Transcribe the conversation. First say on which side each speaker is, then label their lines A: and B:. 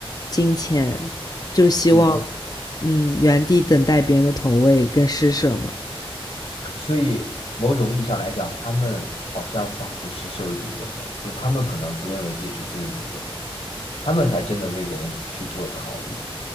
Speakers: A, on the left; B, on the left.
A: 金钱，就希望
B: 嗯，
A: 嗯原地等待别人的投喂跟施舍嘛。
B: 所以某种意义上来讲，他们好像仿佛是社会主义国家，就是他们可能不认为自己是资本主义国家，他们才真的为人去做考虑。